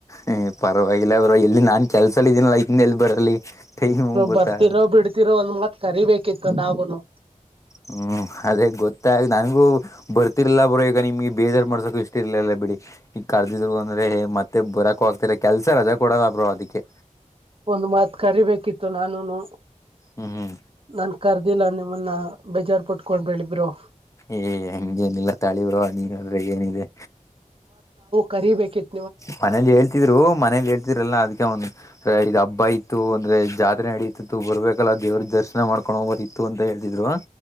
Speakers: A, on the left; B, on the right.
A: ಹ ಪರವಾಗಿಲ್ಲ ಅವರು ಎಲ್ಲಿ ನಾನ್ ಕೆಲ್ಸಲ್ಲ ಇದೀನ ಇದ್ಲ್ಲಿ ಬರಲಿ ಟೈಮು ಗೊತ್ತಾಗ
B: ಬರ್ತಿರೋ ಬಿಡ್ತಿರೋ ಒಂದ್ ಮಳಕ್ ಕರಿಬೇಕಿತ್ತು ನಾವವುೂನು
A: ಹ್ಮ್ ಅದೇ ಗೊತ್ತ ನನ್ಗೂ ಬರ್ತಿರ್ಲ್ಲ ಬರೋ ಈಗ ನಿಮ್ಗೆ ಬೇಜಾರ್ು ಮಾಡ್ಸಕು ಇಷ್ಟ ಇರ್ಲಲ್ಲ ಬಿಡಿ ಈ ಕರ್ದಿದ್ರು ಅಂದ್ರೆ ಮತ್ತೆ ಬರಕ ಹೋಗ್ತರ ಕೆಲ್ಸ ರಜಾ ಕೊಡದ ಬ್ರೋ ಅದಿಕ್ಕೆ
B: ಒಂದ್ ಮಾತ್ ಕರಿಬೇಕಿತ್ತು ನಾನುನು
A: ಹ್ಮ್ ಹ್ಮ್
B: ನನ್ ಕರ್ದಿಲ್ಲ ನಿಮ ನನ್ನ ಬೇಜಾರ್ು ಪಟ್ಕೊಂಡ್ಬಿದರು
A: ಏ ಹಂಗೇನಿಲ್ಲ ತಾಳಿರು ನೀವ ಅದ್ರಗ್ ಏನಿದೆ
B: ಕರಿೀಬೇಕಿತ್ತು
A: ಮನೇಲಿ ಹೇಳ್ತಿದ್ರು ಮನೇಲಿ ಹೇಳ್ತಿದ್ರಲ್ಲಾ ಅದಕ್ಕೆ ಒಂದು ಇದು ಹಬ್ಬ ಇತ್ತು ಅಂದ್ರೆ ಜಾತ್ರೆ ನಡೀತಿತ್ತು ಬರ್ಬೇಕಲ್ಲ ದೇವ್ರ ದರ್ಶನ ಮಾಡ್ಕೊಂಡು ಹೋಗರ್ ಇತ್ತು ಅಂತ ಹೇಳ್ತಿದ್ರು